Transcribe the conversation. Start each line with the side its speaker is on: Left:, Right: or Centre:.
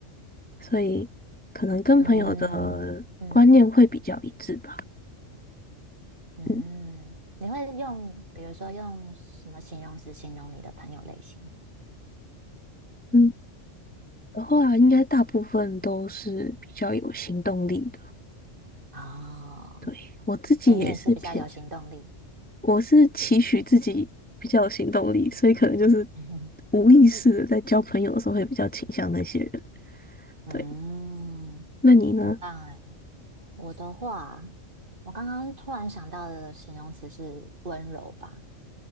Left: 所以可能跟朋友的观念会比较一致吧。
Right: 嗯嗯。嗯，
Left: 嗯
Right: 你会用，比如说用什么形容词形容你的朋友类型？
Left: 嗯，的话应该大部分都是比较有行动力的。
Right: 哦，
Left: 对，我自己也是偏，
Right: 所以你也是比较有行动力。
Left: 我是期许自己比较有行动力，所以可能就是
Right: <laughs>
Left: 无意识的在交朋友的时候会比较倾向那些人。
Right: 嗯，
Left: 对，那你呢？
Right: 很棒哎。我的话，我刚刚突然想到的形容词是温柔吧。